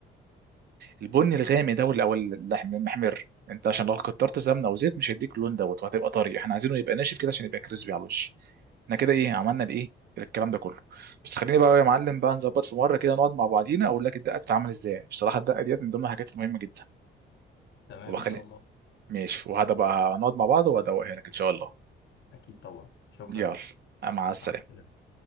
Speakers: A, on the right (about 55°); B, on the left (about 70°).
A: البني الغامق ده وال- او اللحم المحمر انت عشان لو كترت سمنه وزيت مش هيديك اللون دوت وهتبقى طري احنا عايزينه يبقى ناشف كده عشان يبقى كريسبي على الوش احنا كده ايه عملنا الايه الكلام ده كله بس خليني بقى يا معلم بقى نظبط في مره كده نقعد مع بعضينا اقول لك الدقه بتتعمل ازاي بصراحه الدقه ديت من ضمن الحاجات المهمه جدا
B: تمام
A: وبخلي
B: إن شاء الله
A: ماشي وهذا بقى نقعد مع بعض وهدوقها لك ان شاء الله
B: أكيد طبعا شكرا
A: يلا
B: معك
A: مع السلامه
B: مع السلامة.